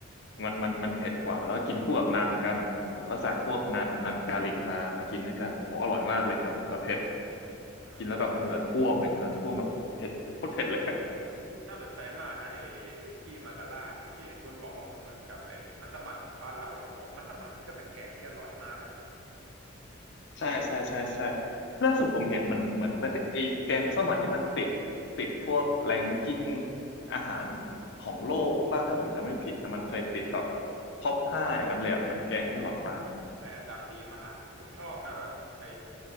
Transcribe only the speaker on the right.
อ๋อ
อ่า
นี่น่าสนใจมากนะไอ้ทิกกี้มาซาล่าเนี่ยที่เห็นคุณบอกว่ามันเหมือนกับไอ้มัสมั่นของบ้านเราใช่ไหมผมว่ามัสมั่นนี่ก็เป็นแกงที่อร่อยมากเลยนะ
ใช่อันดับดีมากผมผมชอบนะแบบไอ้